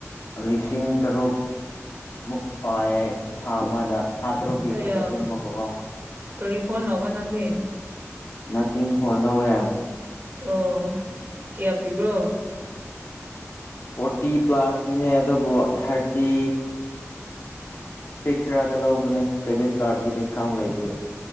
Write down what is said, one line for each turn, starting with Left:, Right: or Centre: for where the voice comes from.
Left: ꯂꯤꯁꯤꯡ ꯇꯔꯨꯛ ꯃꯨꯛ ꯄꯥꯏꯌꯦ ꯊꯥ ꯑꯃꯗ ꯊꯥ ꯇꯔꯨꯛꯀꯤ
Right: ꯑꯩ
Left: ꯈꯛꯇ ꯁꯦꯝꯕꯀꯣꯒꯣ
Right: ꯀꯔꯤ ꯐꯣꯟ ꯂꯧꯕ ꯅꯪꯗꯤ
Left: ꯅꯊꯤꯡ ꯐꯣ ꯅꯣꯋꯦ
Right: ꯑꯣ ꯀꯌꯥ ꯄꯤꯕ꯭ꯔꯣ
Left: ꯐꯣꯔꯇꯤ ꯄ꯭ꯂꯥꯁꯀꯤꯅꯦ ꯑꯗꯨꯕꯨ ꯊꯥꯔꯇꯤ ꯁꯤꯛꯁ ꯌꯥꯔꯗ ꯂꯧꯕꯅꯦ ꯀ꯭ꯔꯦꯗꯤꯠ ꯀꯥꯔꯠꯒꯤ ꯗꯤꯁꯀꯥꯎꯟ ꯂꯩꯕꯒꯤ